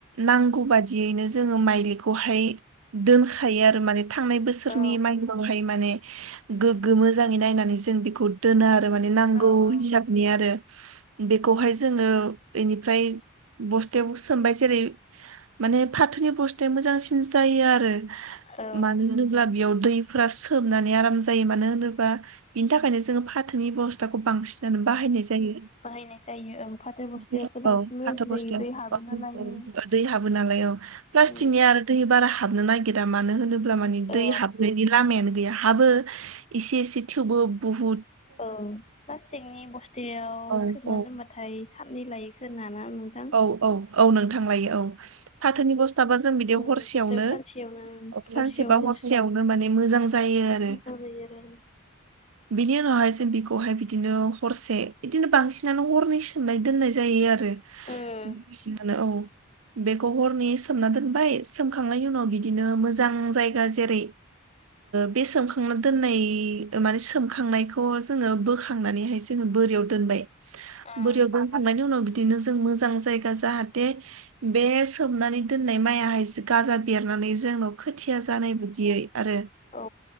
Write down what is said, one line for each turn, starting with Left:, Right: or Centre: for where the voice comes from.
Right: नांगौ बाददियैनो जोङो माइलिखौहाय दोनखायो आरो माने, थांनाय बोसोरनि
Left: औ
Right: माइनावहाय माने गोग्गो मोजाङै नायनानै जों बेखौ दोनो आरो। माने नांगौ
Left: औ औ
Right: हिसाबनि आरो बेखौहाय जोंङो एनिफ्राय बस्थायाव सोमबाय जेरै माने फाथोनि बस्थाया मोजांसिन जायो आरो
Left: औ उम
Right: मानो होनोब्ला बेयाव दैफोरा सोबनानै आराम जायो मानो होनोबा बिनि थाखायनो जोंङो फाथोनि बेब'स्थाखौ बांसिन बाहायनाय जायो
Left: बाहायनाय जायो ओं फाथो बस्थायावसो
Right: <unintelligible>
Left: बांसिन
Right: औ
Left: मोजांसिन
Right: फाथो
Left: जायो
Right: बस्थायाव
Left: दै हाबो नालाय उम
Right: <unintelligible> दै हाबो नालाय औ प्लास्टिकनि
Left: उम
Right: आरो दै बा बारा हाबनो नागिरा मानो होनोब्ला माने
Left: औ
Right: दै हाबनायनि लामायानो गैया। हाबो एसे एसे थेवबो बहुद,
Left: औ प्लास्टिकनि बस्थायाव
Right: औ
Left: सोमना
Right: औ
Left: दोनबाथाय खाननै लायो खोना ना नोंथां?
Right: औ औ औ नोंथां लायो औ फाथोनि बस्थाबा जों बिदि
Left: ओं
Right: हरसेयावनो
Left: बुस्थु सानसेयावनो हरसेयावनो
Right: सानसेबा हरसेयावनो माने मोजां। मोजां जायो आरो
Left: मोजां जायो
Right: बिनि उनावहाय बिखौहाय बिदिनो हरसे बिदिनो बांसिनानो हरनै सोमनाय दोननाय जायो आरो। बांसिनानो
Left: आरो
Right: औ। बेखौ हरनि सोमना दोनबाय सोमखांनायनि उनाव बिदिनो मोजां जायगा जेरै बे सोमखांना दोननाय माने सोमखांनायखौ जोंङो बोखांनानैहाय जोङो बो रियाव दोनबाय
Left: आं
Right: बोरियाव दोनखांनायनि उनाव बिदिनो जों मोजां जायगा जाहाथे बे सोमनानै दोननाय माइयाहाय गाजा बेरनानै जोंनाव खोथिया जानाय बायदियै आरो
Left: उम औ